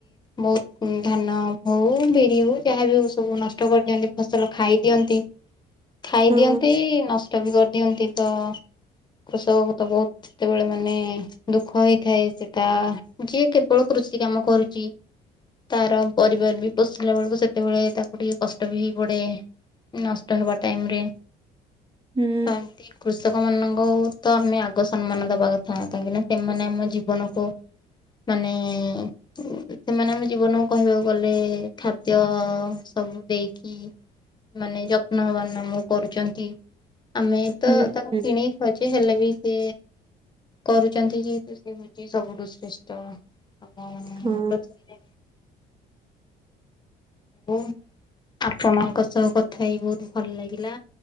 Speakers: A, on the left (about 25°); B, on the right (about 30°).
A: ବହୁତୁ ଧାନ ହଉ ବିରି ହୋଉ ଯାହାବି ହଉ ସବୁ ନଷ୍ଟ କରିଦିଅନ୍ତି ଫସଲ ଖାଇଦିଅନ୍ତି। ଖାଇଦିଅନ୍ତି
B: ହଁ।
A: ନଷ୍ଟ ବି କରିଦିଅନ୍ତି ତ କୃଷକ <unintelligible> ତବୁ ସେତେବେଳେ ମାନେ ଦୁଃଖ ହେଇଥାଏ ସେଟା ଯିଏ କେବଳ କୃଷି କାମ କରୁଛି ତାର ପରିବାର ବି ପୋଷିଲା ବେଳକୁ ସେତେବେଳେ ତାକୁ ଟିକେ କଷ୍ଟ ବି ହେଇ ପଡ଼େ। ନଷ୍ଟ ହେବା ଟାଇମରେ।
B: ହୁଁ।
A: ତ ଏମତି କୃଷକ ମାନଙ୍କୁ ତ ଆମେ ଆଗ ସମ୍ମାନ ଦବା କଥା। କାହିଁକି ନା ସେମାନେ ଆମ ଜୀବନକୁ ମାନେ <unintelligible> ସେମାନେ ଆମ ଜୀବନକୁ କହିବାକୁ ଗଲେ ଖାଦ୍ୟ ସବୁ ଦେଇକି ମାନେ ଯତ୍ନବାନ ଆମକୁ କରୁଛନ୍ତି। ଆମେ ତ
B: ହୁଁ
A: ତାକୁ
B: ହୁଁ
A: କିଣିକି ଖାଉଛେ। ହେଲେ ବି ସେ କରୁଛନ୍ତି ଯେହେତୁ ସେ ହଉଛି ସବୁଠୁ ଶ୍ରେଷ୍ଠ। ଆମ ମାନେ
B: ହଁ।
A: ପୃଥିବୀରେ ଓ ଆପଣଙ୍କ ସହ କଥା ହେଇ ବହୁତ ଭଲ ଲାଗିଲା।